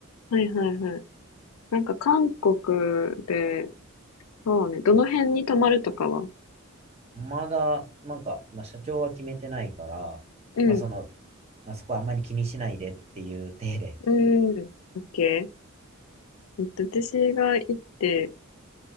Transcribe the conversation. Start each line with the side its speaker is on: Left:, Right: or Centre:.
Left: はいはいはい。なんか韓国で、そうね、どの辺に泊まるとかは
Right: まだ、なんか、まあ、社長は決めてないから、
Left: うん、
Right: まあ、その、まあ、そこはあんまり気にしないでっていう体で。
Left: うん、オッケー。私が行って、